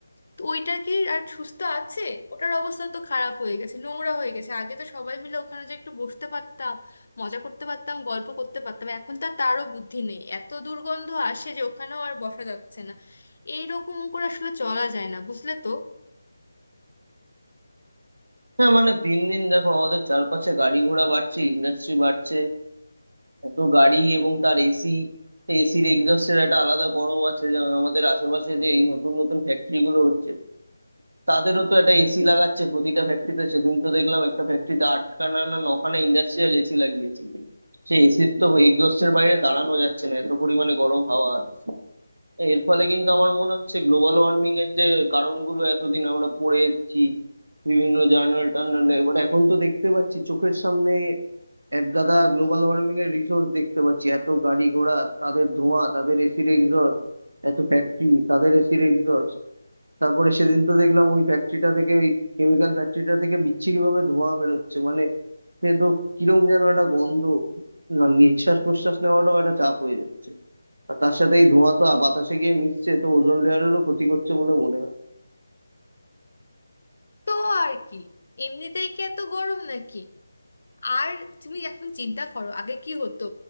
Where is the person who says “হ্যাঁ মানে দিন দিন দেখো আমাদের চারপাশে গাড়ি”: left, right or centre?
Right